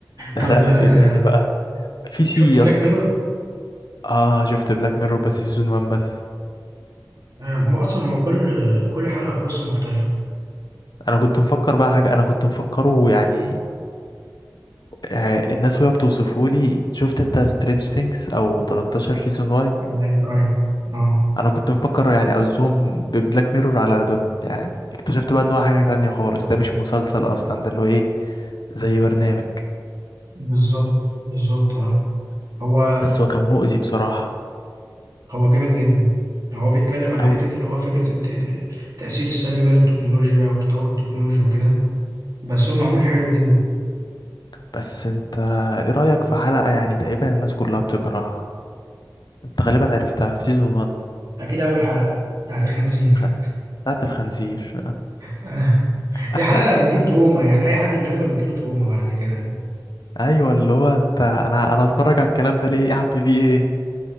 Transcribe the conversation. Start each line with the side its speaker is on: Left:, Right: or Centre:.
Left: نحرق
Right: طب
Left: لك
Right: آه،
Left: ايه تاني بقى في سي
Right: شفت
Left: يا
Right: بلاك
Left: اسطى
Right: ميرور
Left: اه شفت بلاك ميرور بس سيزون 1 بس
Right: هو اصلا هو كل آه، كل حلقه بقصه مختلفه
Left: انا كنت مفكر بقى حاجة انا كنت مفكره يعني آه، الناس وهي بتوصفه لي شفت انت سترينج سينكس او 13 ريزون واي
Right: ايوه ايوه اه
Left: انا كنت مفكر يعني قصدهم ببلاك ميرور على ده يعني اكتشفت بقى ان هو حاجة تانية خالص ده مش مسلسل اصلا ده اللي هو ايه زي برنامج
Right: بالظبط بالظبط اه هو
Left: بس هو كان مؤذي بصراحة
Right: هو جامد جدا هو بيتكلم عن
Left: قوي
Right: حته اللي هو فكره الت- التاثير السلبي بقى للتكنولوجيا وتطور التكنولوجيا وكده بس هو معمول حلو جدا
Left: بس انت ايه رأيك في حلقة يعني تقريبا الناس كلها بتكرهها انت غالبا عرفتها في سيزون 1
Right: اكيد اول حلقه بتاعت الخنزير
Left: خ- بتاعت الخنزير
Right: <laughs>
Left: <laughs>
Right: دي حلقه بتجيب تروما يعني اي حد بيشوفها بتجيله تروما بعد كده
Left: ايوه اللي هو انت انا انا هتفرج على الكلام ده ليه يا عم في ايه